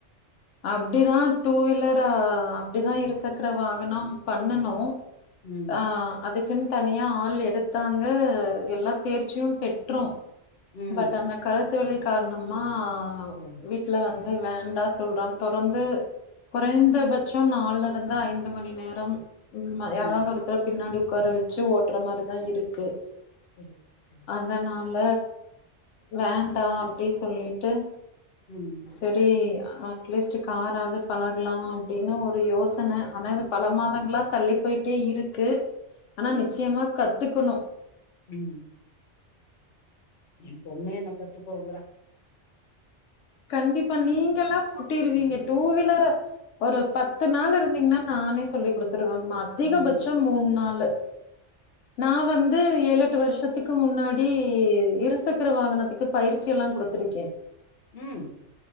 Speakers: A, on the left; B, on the left.
A: அப்டிதா டூ வீலர் அ அப்டிதா இருசக்ர வாகனம் பண்ணணோ
B: ம்
A: ஆ அதுக் க்குன் தனியா ஆள் எடுத்தாங்க எல்லா தேர்ச்சியு பெற்றூ
B: ம்
A: பட் அந்த கலுத்து வலி கார்ணமா
B: சரி.
A: விட் ட்ல வந்து வேண்டா சொல்றாங் தொரந்து கொறைந்தபச்சோ நால்லருந்து ஐந்து மணி நேரம் உம்மா யாராத்
B: ம்
A: ஒருத்தர பின்னாடி உக்கார வச்சு ஓட்ற மாரிதா இருக்கு
B: செரி செரி
A: த னால வேண்டா அப்டி சொல்லிட்டு
B: ம்
A: செரி அட்லீஸ்ட்டு காராது பழகலா அப்டின்னு ஒரு யோசன ஆனா எனக் பல மாதங்ளா தள்ளி போயிட்டே இருக்கு ஆனா
B: ம்
A: நிச்சயமா கத்துகனு
B: ம் எ பொண்னே என்ன கத்துகோங்றா
A: கண்டிப்பா நீங்க லா ஓட்டிருவீங்க டூவீலர ஒரு பத்து நாள் இருந்தீங்ன்னா நானே சொல்லி் குடுத்துருவ மா அதிகபட்சம்
B: ம் ம்
A: மூண் நாளு நா வந்து ஏழெட்டு வருஷத்துக்கு முன்னாடி இருசக்கர வாகனத்துக் கு பயிற்சி எல்லா குடுத்திருக்கே
B: ம்